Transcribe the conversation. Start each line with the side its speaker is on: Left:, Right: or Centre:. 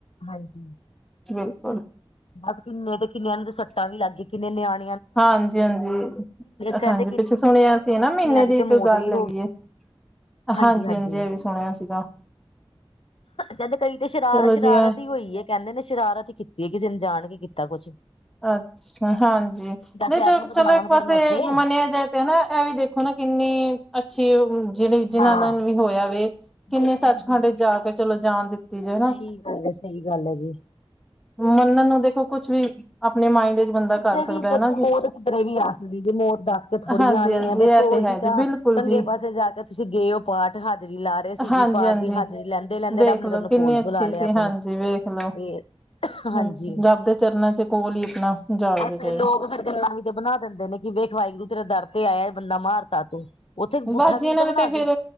Left: ਹਾਂਜੀ।
Centre: ਬਿਲਕੁਲ।
Left: ਬਸ ਕਿੰਨੇ ਤੇ ਕਿੰਨਿਆਂ ਨੂੰ ਦੇ ਸੱਟਾਂ ਵੀ ਲੱਗ ਗਈ ਕਿੰਨੇ ਨਿਆਣੇ।
Centre: ਹਾਂਜੀ-ਹਾਂਜੀ-ਹਾਂਜੀ
Left: ਕਹਿੰਦੇ
Centre: ਪਿੱਛੇ ਸੁਣਿਆ ਸੀ। ਨਾ
Left: ਕਿੰਨਿਆਂ
Centre: ਮਹੀਨੇ ਦੀ
Left: ਤੇ
Centre: ਇੱਕ
Left: ਮੌਤ
Centre: ਗੱਲ
Left: ਵੀ ਹੋ
Centre: ਹੈਗੀ ਹੈ।
Left: ਗਈ ਹਾਂਜੀ
Centre: ਹਾਂਜੀ-ਹਾਂਜੀ
Left: ਹਾਂਜੀ
Centre: ਇਹ ਵੀ ਸੁਣਿਆ ਸੀਗਾ।
Left: ਜਦ ਕਈ ਤੇ ਸ਼ਰ
Centre: ਚਲੋ
Left: ਸ਼ਰਾਰਤ
Centre: ਜੀ
Left: ਹੀ ਹੋਈ ਹੈ। ਕਹਿੰਦੇ ਨੇ ਸ਼ਰਾਰਤ ਹੀ ਕੀਤੀ ਹੈ ਕਿਸੇ ਨੇ ਜਾਣ ਕੇ ਕੀਤਾ ਹੈ ਕੁੱਛ।
Centre: ਅੱਛਾ ਹਾਂਜੀ ਨਹੀਂ
Left: ਸਾਹਿਬ
Centre: ਜੋ
Left: ਨੂੰ ਬਦਨਾਮ
Centre: ਚਲੋ ਇੱਕ ਪਾਸੇ
Left: ਕਰਨ ਵਾਸਤੇ
Centre: ਮੰਨਿਆ ਜਾਏ। ਤੇ ਹਨਾ ਇਹ ਵੀ ਦੇਖੋ ਨਾ ਕਿੰਨੀ ਅੱਛੀ। ਜਿਹੜੇ ਜਿਹਨਾਂ
Left: ਹਾਂ
Centre: ਨਾਲ ਵੀ ਹੋਇਆ ਵੇ ਕਿੰਨੇ
Left: ਬਈ
Centre: ਸੱਚਖੰਡ
Left: ਹਾਂਜੀ ਹਾਂਜੀ
Centre: ਜਾ ਕੇ ਚਲੋ ਜਾਣ ਦਿੱਤੀ ਜੇ ਹਨਾ।
Left: ਸਹੀ ਗੱਲ ਹੈ ਸਹੀ ਗੱਲ ਹੈ ਜੀ।
Centre: ਮੰਨਣ ਨੂੰ ਦੇਖੋ ਕੁਛ ਵੀ ਆਪਣੇ ਮਾਇੰਡ। ਬੰਦਾ
Left: ਕਿੱਧਰੇ
Centre: ਕਰ
Left: ਵੀ
Centre: ਸਕਦਾ
Left: ਦੇਖੋ
Centre: ਹਨਾ
Left: ਮੌਤ
Centre: ਜੀ
Left: ਕਿੱਧਰੇ ਵੀ ਆ ਸਕਦੀ ਜ ਮੌਤ ਦੱਸ ਕੇ ਥੋੜ੍ਹੀ
Centre: ਹਾਂਜੀ
Left: ਆਣੀ
Centre: ਹਾਂਜੀ
Left: ਹੈ ਵੇਖੋ
Centre: ਇਹ ਤੇ
Left: ਉਹੀ
Centre: ਹੈ
Left: ਤਾਂ।
Centre: ਜੀ ਬਿਲਕੁਲ
Left: ਚੰਗੇ
Centre: ਜੀ
Left: ਪਾਸੇ ਜਾ ਕੇ ਤੁਸੀਂ ਗਏ ਹੋ ਪਾਠ ਹਾਜ਼ਰੀ ਲਾ ਰਹੇ ਸੀ
Centre: ਹਾਂਜੀ
Left: ਜੀ ਪਾਠ
Centre: ਹਾਂਜੀ
Left: ਦੀ ਹਾਜ਼ਰੀ ਲੈਂਦੇ। ਲੈਂਦੇ
Centre: ਦੇਖਲੋ
Left: ਰ ਆਪਣੇ ਤੁਹਾਨੂੰ
Centre: ਕਿੰਨੀ
Left: ਕੋੋਲ
Centre: ਅੱਛੀ
Left: ਬੁਲਾ ਲਿਆ
Centre: ਸੀ
Left: ਆਪਣੇ
Centre: ਹਾਂਜੀ ਵੇਖ ਲੋ
Left: ਫੇਰ। ਹਾਂਜੀ
Centre: ਹਮ ਰੱਬ ਦੇ ਚਰਨਾਂ ਚ ਕੋਲ ਹੀ ਆਪਣਾ। ਜਾਓਗੇ
Left: ਬਸ
Centre: ਗਏ
Left: ਲੋਕ ਫਿਰ ਗੱਲਾਂ ਵੀ ਤੇ ਬਣਾ ਦਿੰਦੇ ਨੇ ਕਿ ਵੇਖ ਵਾਹਿਗੁਰੂ ਤੇਰੇ ਦਰ ਤੇ ਆਇਆ ਬੰਦਾ ਮਾਰ ਤਾ ਤੂੰ। ਉੱਥੇ ਪੁੱਠਾ
Centre: ਬਸ
Left: ਵੀ
Centre: ਜੀ ਇਹਨਾਂ
Left: ਤਾਂ
Centre: ਨੇ
Left: ਬਣਾ
Centre: ਤੇ
Left: ਦੇਣ
Centre: ਫੇਰ